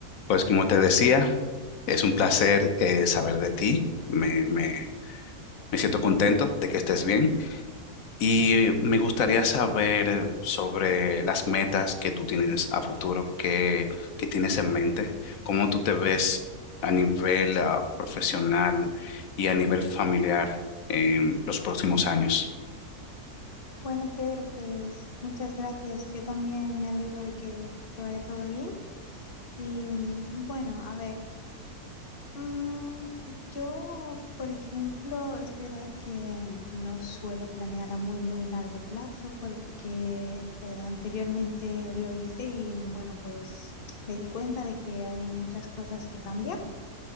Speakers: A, on the left; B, on the left.
A: Pues como te decía, es un placer eh, saber de ti. Me, me, me siento contento de que estés bien y me gustaría saber sobre las metas que tú tienes a futuro, qué, qué tienes en mente, cómo tú te ves a nivel ah, profesional y a nivel familiar en los próximos años.
B: Bueno, Pedro, pues muchas gracias. Yo también me alegro de que te vaya todo bien. Y mm, bueno, a ver, mm, yo, por ejemplo, es verdad que no suelo planear a muy, muy largo plazo porque eh, anteriormente lo hice y bueno, pues me di cuenta de que hay muchas cosas que cambian.